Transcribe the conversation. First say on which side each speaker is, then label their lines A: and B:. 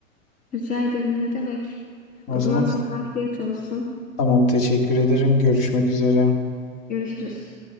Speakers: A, on the left (about 20°); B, on the left (about 35°).
A: Rica ederim ne demek.
B: O
A: O
B: zaman
A: zaman sana afiyet olsun.
B: tamam teşekkür ederim. Görüşmek üzere.
A: Görüşürüz.